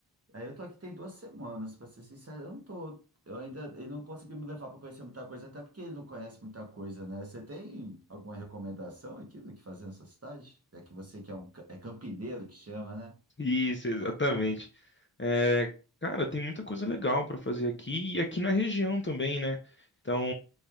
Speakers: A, on the right; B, on the left.
A: Aí eu tô aqui tem duas semanas, pra ser sincero, eu não tô, eu ainda, ele não conseguiu me levar para conhecer muita coisa, até porque ele não conhece muita coisa, né? Você tem alguma recomendação aqui do que fazer nessa cidade? É que você que é um, ca- é campineiro que chama, né?
B: Isso, exatamente. É, cara, tem muita coisa legal pra fazer aqui e aqui na região também, né? Então,